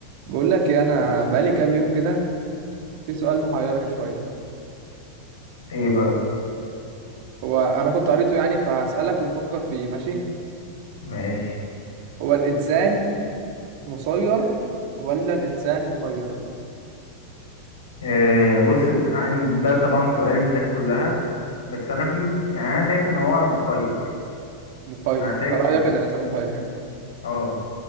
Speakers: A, on the right; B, on the left.
A: بقول لك إيه، انا بقالي كام يوم كده في سؤال محيرني شويه
B: ايه بقى
A: هو انا كنت قريته يعني فهسألك ونفكر فيه ماشي
B: ماشي
A: هو الانسان مسير ولا الانسان مخير
B: إيه بص عن ده طبعا سؤال الناس كلها بس انا في يعني انا شايف ان هو مخير
A: مخير
B: انا شايف
A: انت رأيك
B: كده
A: ان الانسان مخير يعني
B: اه